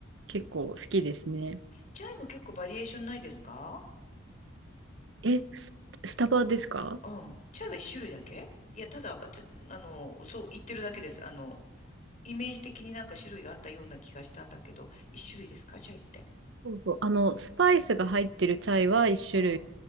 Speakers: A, on the right; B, on the left.
A: 結構好きですね。
B: チャイも結構バリエーションないですか
A: え、ス、スタバですか
B: うん。チャイは一種類だけいや、ただ、あちょあの、そう言ってるだけです。あの、イメージ的になんか種類があったような気がしたんだけど、一種類ですかチャイって。
A: そうそう。あの、スパイスが入ってるチャイは一種類。
B: うん。